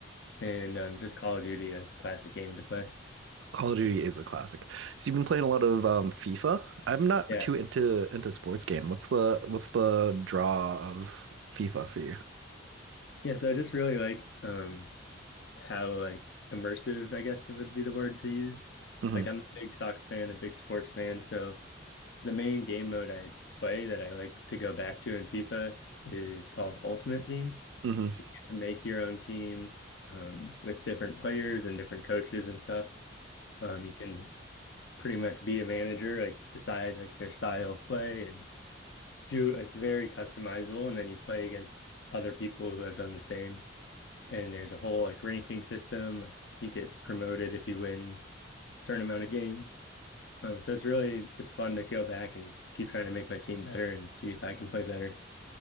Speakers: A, on the left; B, on the right.
A: and um, just Call of Duty as a classic game to play.
B: Call of Duty is a classic. So you've been playing a lot of um, FIFA. I'm not
A: Yeah.
B: too into into sports game. What's the what's the draw of FIFA for you?
A: Yeah, so I just really like um how like immersive, I guess it would be the word to use.
B: hmm
A: Like I'm a big soccer fan, a big sports fan, so the main game mode I play that I like to go back to in FIFA is called Ultimate Team.
B: hmm
A: So you get to make your own team um, with different players and different coaches and stuff. Um, you can pretty much be a manager, like decide like their style of play and do it's very customizable. And then you play against other people who have done the same. And there's a whole like ranking system. Like you get promoted if you win a certain amount of games. Um, so it's really just fun to go back and keep trying to make my team better and see if I can play better.